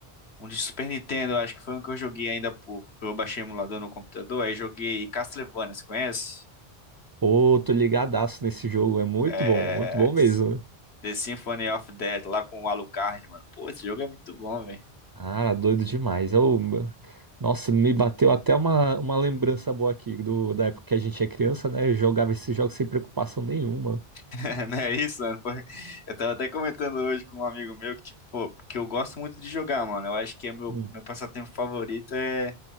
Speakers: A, on the left (about 85°); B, on the right (about 40°).
A: Um de Super Nintendo, eu acho que foi um que eu joguei ainda há pouco. Eu baixei o emulador no computador, aí joguei Castlevania, você conhece?
B: Pô, tô ligadaço nesse jogo, é muito
A: É.
B: bom, muito bom mesmo.
A: The Symphony of Death, lá com o Alucard, mano. Pô, esse jogo é muito bom, velho.
B: Cara, doido demais. Eu- nossa, me bateu até uma, uma lembrança boa aqui do, da época que a gente é criança, né? Eu jogava esses jogos sem preocupação nenhuma.
A: <laughs> É, não é isso, mano? Foi- Eu tava até comentando hoje com um amigo meu que, tipo, pô, que eu gosto muito de jogar, mano. Eu acho que é meu,
B: Hum.
A: meu passatempo favorito é,